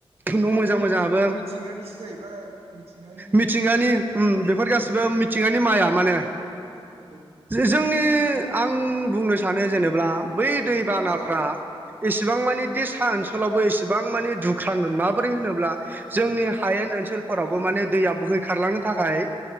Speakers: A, on the right; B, on the right.
A: न'
B: माथो
A: मोजां
B: बुंनो
A: मोजाङाबो
B: नोंथां बेबो मिथिंगानिसो जाहैबाय मिथिंगानि
A: मिथिंगानि बेफोर
B: उम
A: गासिबो मिथिंगानि माइया माने
B: औ
A: जोंनि आं बुंनो सानो जेनेबा बै दैबानाफ्रा
B: औ
A: एसेबां मानि दि सा ओनसोलावबो एसेबां मानि दुख्राङो माबोरै होनोब्ला जोंनि हायेन ओनसोल ओनसोलफोरावबो
B: औ
A: माने दैया बोहै खारलांनो थाखाय